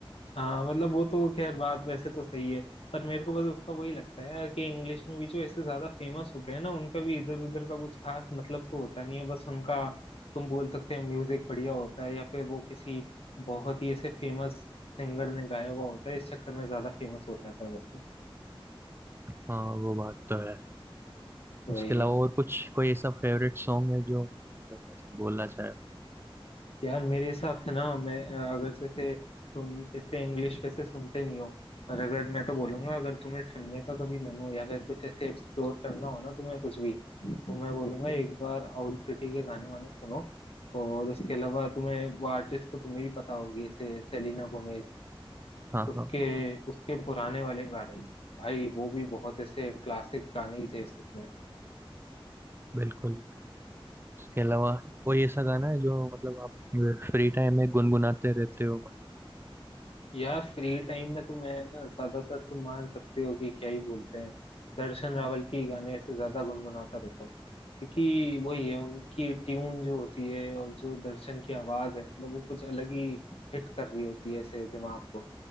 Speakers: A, on the left; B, on the right.
A: हाँ मतलब वो तो खैर बात वैसे तो सही है पर मेरे को बस उसका वही लगता है कि इंग्लिश में भी जो ऐसे ज्यादा फेमस होते हैं ना उनका भी इधर उधर का कुछ खास मतलब तो होता नहीं है बस उनका तुम बोल सकते हैं म्यूजिक बढ़िया होता है या फिर वो किसी बहुत ही ऐसे फेमस सिंगर ने गाया हुआ होता है इस चक्कर में ज्यादा फेमस हो जाता है बस
B: हाँ वो बात तो है
A: वही
B: उसके अलावा और कुछ कोई ऐसा फेवरेट सॉन्ग है जो मतलब ऐसा बोलना चाहे
A: यार मेरे हिसाब से ना मैं अ, अगर जैसे तुम इतने इंग्लिश वैसे सुनते नहीं हो पर अगर मैं तो बोलूंगा अगर तुम्हें सुनने का कभी मन हो या फिर कुछ ऐसे एक्सप्लोर करना हो ना तुम्हें कुछ भी तो मैं बोलूंगा एक बार आउल सिटी के गाने वाने सुनो और उसके अलावा तुम्हें वो आर्टिस्ट तो तुम्हें भी पता होगी जैसे सेलिना गोमेज
B: हाँ
A: उसके
B: हाँ
A: उसके पुराने वाले गाने भाई वो भी बहुत ऐसे क्लासिक गाने ही थे सच में
B: बिल्कुल उसके अलावा कोई ऐसा गाना है जो मतलब आप फ्री टाइम में गुनगुनाते रहते हो मन
A: यार फ्री टाइम में तो मैं ना ज्यादातर तुम मान सकते हो कि क्या ही बोलते हैं दर्शन रावल की गाने से ज्यादा गुनगुनाता रहता हूँ क्योंकि वही है उनकी ट्यून जो होती है और जो दर्शन की आवाज है मतलब वो कुछ अलग ही हिट कर रही होती है ऐसे दिमाग को